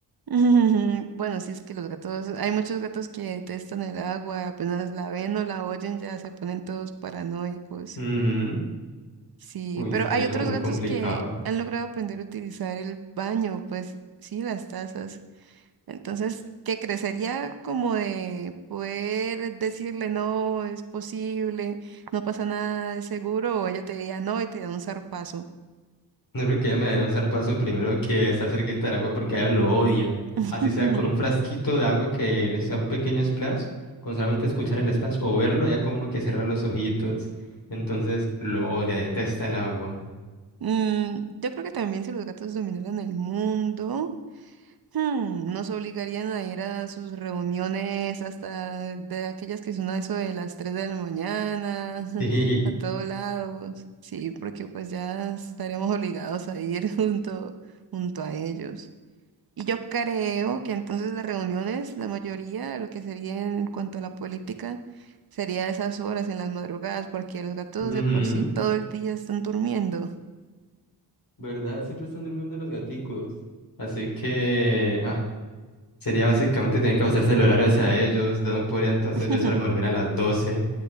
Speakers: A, on the right; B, on the left.
A: Mm, Bueno, sí es que los gatos, hay muchos gatos que detestan el agua, apenas la ven o la oyen ya se ponen todos paranoicos.
B: Ujú.
A: Sí,
B: Uy,
A: pero
B: sí, sería
A: hay otros
B: como muy
A: gatos
B: complicado.
A: que han logrado aprender a utilizar el baño, pues sí, las tazas. Entonces, que crecería como de poder decirle, no, es posible, no pasa nada, es seguro, o ella te diría, no, y te da un zarpazo.
B: No creo que ella me daría un zarpazo primero que estar cerquita del agua porque ella lo odia.
A: <laughs>
B: Así sea con un frasquito de agua que le sea un pequeño splash, con solamente escuchar el splash o verlo, ya como que cierra los ojitos. Entonces lo odia, detesta el agua. <laughs>
A: Mm, yo creo que también si los gatos dominaran el mundo. Hmm, nos obligarían a ir a sus reuniones hasta de aquellas que son a eso de las 3 de la mañana, <laughs>
B: Sí.
A: a todos lados. Sí, porque pues ya estaremos obligados a ir <laughs> junto, junto a ellos. Y yo creo que entonces las reuniones, la mayoría de lo que sería en cuanto a la política, sería a esas horas en las madrugadas, porque los gatos
B: Ujú.
A: de por sí todo el día están durmiendo.
B: ¿Verdad? Siempre están durmiendo los gaticos. Así que... ah, Sería básicamente tener que ajustarse el horario hacia ellos. Yo no podría entonces
A: <laughs>
B: yo echarme a dormir a las 12,